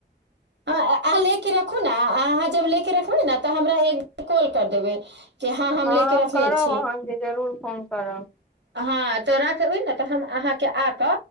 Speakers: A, on the right (about 80°); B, in the centre.
A: ह अहाँ लेके रखू ने अहाँ जब लेके रखबै ने त हमरा एक बेर कॉल कर देबै कि
B: हँ
A: लेके
B: हम
A: रखले
B: करब
A: छी
B: अहाँके जरूर फोन करब
A: हँ त राखबै ने त हम अहाँके आक